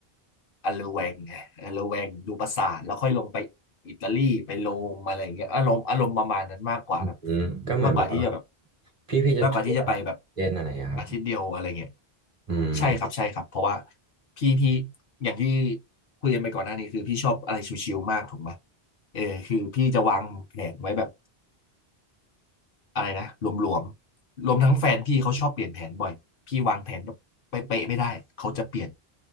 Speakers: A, on the left (about 60°); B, on the right (about 35°).
A: อันเลแวงไงอัลเลแวงดูปราสาทแล้วค่อยลงไปอิตาลีไปโรมอะไรอย่างเงี้ยอารมณ์อารมณ์ประมาณนั้นมากกว่าแบบ
B: อืมก็เหมือนแบบว่า
A: มากกว่าที่จะแบบ
B: พี่พี่จะทัวร์
A: มากกว่าที่จะไปแบบ
B: เจนอะไรอะครับ
A: อาทิตย์เดียวอะไรเงี้ย
B: อืม
A: ใช่ครับใช่ครับเพราะว่าพี่พี่อย่างที่คุยกันไปก่อนหน้านี้คือพี่ชอบอะไรชิวๆมากถูกไหมเออคือพี่จะวางแผนไว้แบบ อะไรนะรวมรวมรวมทั้งแฟนพี่เขาชอบเปลี่ยนแผนบ่อยพี่วางแผนแบบเป๊ะๆไม่ได้เขาจะเปลี่ยน